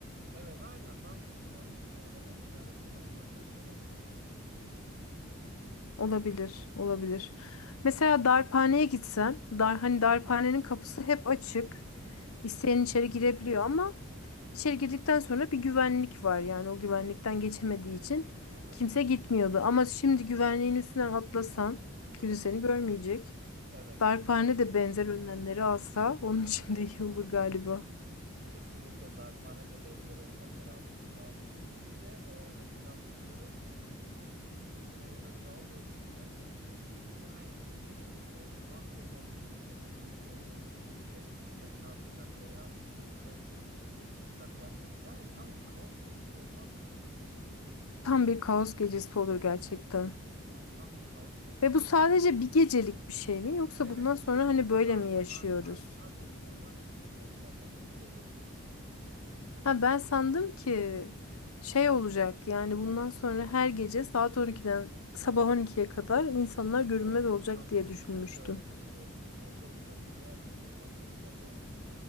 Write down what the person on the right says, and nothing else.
Evet, aynen. Banka gece 12 ile öğlen 12 arasında bu önlemleri alsın.
Evet.
Hı hı.
Hı hı.
Hı hı.
Hı hı.
Hı hı.
Evet.
Hı hı.
Kesinlikle darphane de benzeri önlemleri alması lazım. Bir de e, mesela hocaların hoca bir su içmeye ya da bir lavaboya gitse Hemen girecek, e, sınav sorularını çalacak, bilgisayarını ele geçirecek, kendine atacak veya notlarını değiştirecek sistemden. Yani tam bir kaos gecesi olmaz mı?
Değil mi? Tam bir kaos gecesi
olur.
Evet,
bir gecelik.
Hayır,
hayır, hayır. Sadece bir Ozan yaşayamayız zaten. Bu bir gecelik bir şey.
Hı
hı.
hı hı.
Yok,
yok
kesinlikle
öyle değil. Öyle değil. Öyle olsa dünya düzeni net çöker yani.